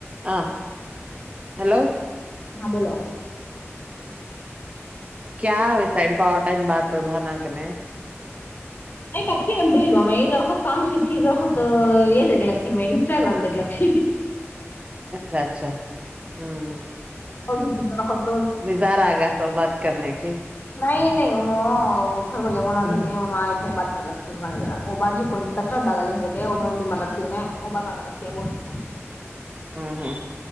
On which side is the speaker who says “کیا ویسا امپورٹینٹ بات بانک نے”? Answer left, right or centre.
Right